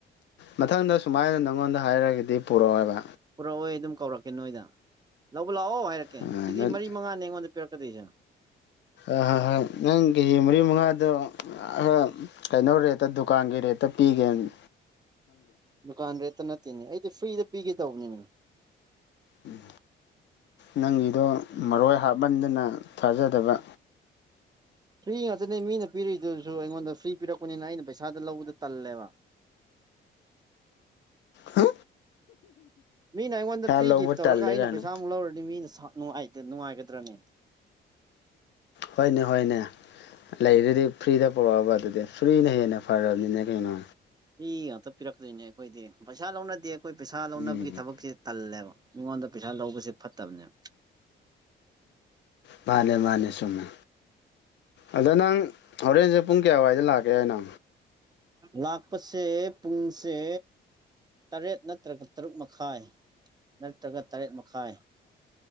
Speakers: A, on the left (about 65°); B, on the right (about 20°).
A: ꯃꯊꯪꯗ ꯁꯨꯃꯥꯏꯅ ꯅꯪꯉꯣꯟꯗ ꯍꯥꯏꯔꯒꯗꯤ ꯄꯨꯔꯛꯑꯣꯕ
B: ꯄꯨꯔꯛꯑꯣꯏ ꯑꯗꯨꯝ ꯀꯧꯔꯛꯀꯦ ꯅꯣꯏꯗ ꯂꯧ ꯕ ꯂꯥꯛꯑꯣ ꯍꯥꯏꯔꯛꯀꯦ
A: ꯑꯥ
B: ꯀꯦꯖꯤ
A: ꯅꯪ
B: ꯃꯔꯤ ꯃꯉꯥꯅꯤ ꯑꯩꯉꯣꯟꯗ ꯄꯤꯔꯛꯀꯗꯣꯏꯁꯤ
A: ꯑ ꯍꯣꯏ ꯍꯣꯏ ꯅꯪꯒꯤ ꯀꯦꯖꯤ ꯃꯔꯤ ꯃꯉꯥꯗꯣ ꯑꯥ ꯑ ꯀꯩꯅꯣ ꯔꯦꯠꯇ ꯗꯨꯀꯥꯟꯒꯤ ꯔꯦꯠꯇ ꯄꯤꯒꯦꯅ‌ꯦ
B: ꯗꯨꯀꯥꯟ ꯔꯦꯠꯇ ꯅꯠꯇꯦꯅꯦ ꯑꯩꯗꯤ ꯐ꯭ꯔꯤꯗ ꯄꯤꯒꯦ ꯇꯧꯕꯅꯤꯅꯦ
A: ꯎꯝ ꯅꯪꯒꯤꯗꯣ ꯃꯔꯣꯏ ꯍꯥꯞꯃꯟꯗꯅ ꯊꯥꯖꯗꯕ
B: ꯐ꯭ꯔꯤ ꯉꯥꯛꯇꯅꯦ ꯃꯤꯅ ꯄꯤꯔꯛꯏꯗꯨꯁꯨ ꯑꯩꯉꯣꯟꯗ ꯐ꯭ꯔꯤ ꯄꯤꯔꯛꯄꯅꯤꯅ ꯑꯩꯅ ꯄꯩꯁꯥꯗ ꯂꯧꯕꯗ‌ꯣ ꯇꯜꯂꯦꯕ
A: ꯍꯥ
B: ꯃꯤꯅ ꯑꯩꯉꯣꯟꯗ ꯐ꯭ꯔꯤ
A: ꯂꯧꯕ
B: ꯒꯤꯐ
A: ꯇꯜꯂꯦ
B: ꯇꯧꯔꯒ ꯑꯩꯅ
A: ꯀꯥꯏꯅ
B: ꯄꯩꯁꯥꯃꯨꯛ ꯂꯧꯔꯗꯤ ꯃꯤꯅ ꯁꯥꯎ ꯅꯨꯡꯉꯥꯏꯇ‌ ꯅꯨꯡꯉꯥꯏꯒꯗ꯭ꯔꯅꯦ
A: ꯍꯣꯏꯅꯦ ꯍꯣꯏꯅꯦ ꯂꯩꯔꯗꯤ ꯐ꯭ꯔꯤꯗ ꯄꯨꯔꯛꯑ‌ꯣꯕ ꯑꯗꯨꯗꯤ ꯐ꯭ꯔꯤꯅ ꯍꯦꯟꯅ ꯐꯔꯕꯅꯤꯅ‌ꯦ ꯀꯩꯅꯣ
B: ꯐꯔꯤ ꯉꯥꯛꯇꯅ‌ꯦ ꯄꯤꯔꯛꯇꯣꯏꯅꯦ ꯑꯩꯈꯣꯏꯗꯤ ꯄꯩꯁꯥ ꯂꯧꯅꯗꯦ ꯑꯩꯈꯣꯏ ꯄꯩꯁꯥ ꯂꯧꯅꯕꯒꯤ
A: ꯎꯝ
B: ꯊꯕꯛꯁꯦ ꯇꯜꯂꯦꯕ ꯃꯤꯉꯣꯟꯗ ꯄꯩꯁꯥ ꯂꯧꯕꯁꯦ ꯐꯠꯇꯕꯅꯦ
A: ꯐꯅꯦ ꯃꯥꯅꯤꯅꯦ ꯁꯃꯦꯃꯦ ꯑꯗ ꯅꯪ ꯍꯣꯔꯦꯟꯁꯦ ꯄꯨꯡ ꯀꯌꯥꯋꯥꯏꯗ ꯂꯥꯛꯀꯦ ꯍꯥꯏꯅꯣ
B: ꯂꯥꯛꯄꯁꯦ ꯄꯨꯡꯁꯦ ꯇꯔꯦꯠ ꯅꯠꯇ꯭ꯔꯒ ꯇꯔꯨꯛ ꯃꯈꯥꯏ ꯅꯠꯇ꯭ꯔꯒ ꯇꯔꯦꯠ ꯃꯈꯥꯏ